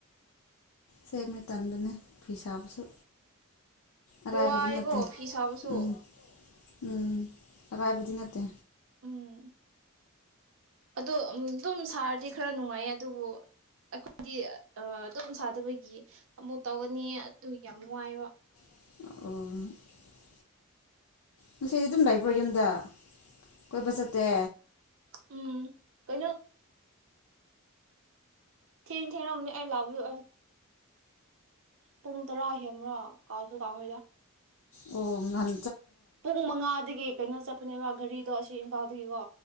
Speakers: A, on the left (about 75°); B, on the right (about 65°).
A: ꯁꯦꯝꯃꯦ ꯇꯟꯕꯅꯦ ꯐꯤ ꯁꯥꯕꯁꯨ꯫ ꯑꯔꯥꯏꯕꯗꯤ
B: ꯋꯥꯏ ꯑꯩꯒꯣ
A: ꯅꯠꯇꯦ
B: ꯐꯤꯁꯕꯁꯨ꯫
A: ꯎꯝ ꯎꯝ ꯑꯔꯥꯏꯕꯗꯤ ꯅꯠꯇꯦ꯫
B: ꯎꯝ꯫ ꯑꯗꯣ ꯑꯗꯨꯝ ꯁꯥꯔꯗꯤ ꯈꯔ ꯅꯨꯡꯉꯥꯏ ꯑꯗꯨꯕꯨ ꯑꯩꯈꯣꯏꯗꯤ ꯑꯗꯨꯝ ꯁꯥꯗꯕꯒꯤ ꯑꯃꯨꯛ ꯇꯧꯒꯅꯤ ꯑꯗꯨ ꯌꯥꯝ ꯋꯥ ꯌꯦꯕꯥ꯫
A: ꯑꯣ꯫ ꯉꯁꯤꯗꯤ ꯑꯗꯨꯝ ꯂꯩꯕ꯭ꯔꯣ ꯌꯨꯝꯗ ꯀꯣꯏꯕ ꯆꯠꯇꯦ꯫
B: ꯎꯝ ꯀꯩ ꯅꯣ ꯫ ꯊꯦꯡ ꯊꯦꯡꯉꯝꯅꯤ ꯑꯩ ꯂꯥꯎꯕꯗꯨ ꯑꯩ꯫ ꯄꯨꯡ ꯇꯔꯥ ꯍꯦꯟꯕꯔꯣ ꯀꯥꯎꯁꯨ ꯀꯥꯎꯈ꯭ꯔꯑꯦꯗ꯫
A: ꯑꯣ ꯉꯥꯟ꯫
B: ꯄꯨꯡ ꯃꯉꯥꯗꯒꯤ꯫ ꯀꯩꯅꯣ ꯆꯠꯄꯅꯦꯕ ꯒꯥꯔꯤꯗꯣ ꯑꯁꯤ ꯏꯝꯐꯥꯜꯗꯒꯤꯀꯣ꯫